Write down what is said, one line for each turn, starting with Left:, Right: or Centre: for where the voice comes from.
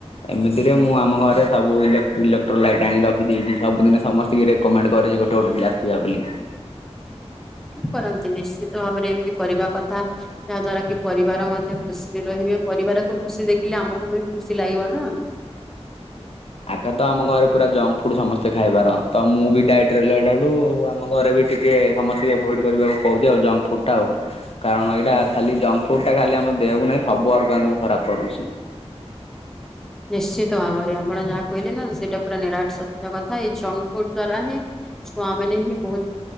Left: ଏମିତିରେ ମୁଁ ଆମ ଘରେ ସବୁ ଇଲୋକ୍ଟ ଇଲେକ୍ଟ୍ର ଲାଇଟ ଆଣି ରଖିଦେଇଛି ସବୁଦିନ ସମସ୍ତ ରେ କମେଣ୍ଟ କରିଛି ଗୋଟେ ଗୋଟେ ଆସିବା ବୋଲି
Centre: ଠିକ୍ କରନ୍ତିନି ନିଶ୍ଚିତ ଭାବରେ ଏମତି କରିବା କଥା ଯାହା ଦ୍ଵାରା କି ପରିବାର ମଧ୍ୟ ଖୁସିରେ ରହିବେ। ପରିବାରକୁ ଖୁସି ଦେଖିଲେ ଆମକୁ ବି ଖୁସି ଲାଗିବ ନା।
Left: ଆଗ ତ ଆମ ଘରେ ପୁରା ଜଙ୍କ ଫୁଡ ସମସ୍ତେ ଖାଇବାର। ତ ମୁଁ ବି ଡାଇଟ ରେ ରହିଲା ଠୁ ଆମ ଘରେ ବି ଟିକେ ସମସ୍ତେ ଏଭୋଡ କରିବାକୁ କହୁଛି ଆଉ। ଜଙ୍କ ଫୁଡ୍ ଟା ଆଉ। କାରଣ ଏଇଟା ଖାଲି ଜଙ୍କ ଫୁଡ଼ ଟା ଖାଲି ଆମ ଦେହକୁ ନାହିଁ। ସବୁ ଅର୍ଗାନକୁ ଖରାପ କରୁଛି।
Centre: ନିଶ୍ଚିତ ଭାବରେ। ଆପଣ ଯାହା କହିଲେ ନା ସେଇଟା ପୁରା ନିରାଟ ସତ୍ୟ କଥା। ଏଇ ଜଙ୍କ ଫୁଡ ଦ୍ଵାରା ହିଁ ଛୁଆମାନେ ହିଁ ବୋହୁତ୍